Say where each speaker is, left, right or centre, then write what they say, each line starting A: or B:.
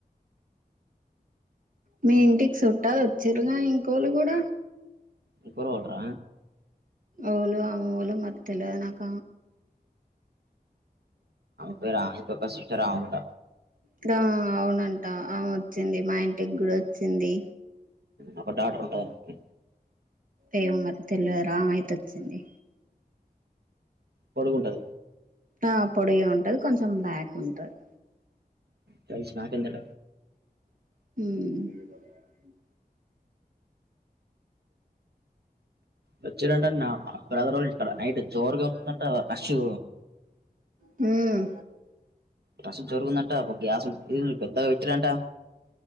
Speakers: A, on the right; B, on the right.
A: మీ ఇంటికి చుట్టాలు వచ్చిరుగా ఇంకోళ్ళు కూడ
B: ఇ కూరడరా
A: అళ అవు ళ మ తెలిద నాక
B: ఫ రా పక్క సిట రావు గట
A: ఇ రా అవునండి ఆ వచ్చింది మా ఇంట్ గుడొచ్చింది
B: ఒక డాక్టర్ ఉంటది మనకి
A: ఏమ మరి తెలియ రామ అయిత వచ్చింది
B: పడుకుంటది
A: ఆ పొడియ ఉంటది కొంచెం బ్లాక్ ఉంటది
B: చ నాకెంతడ
A: హమ్
B: వచ్చనాట నామా బద రోజు ఇక్కడ నైట్ జోరుగా ట అషు
A: హమ్
B: రసు జోరుగుందంట గ్యాసులు పెద్దగా పెచ్చారంట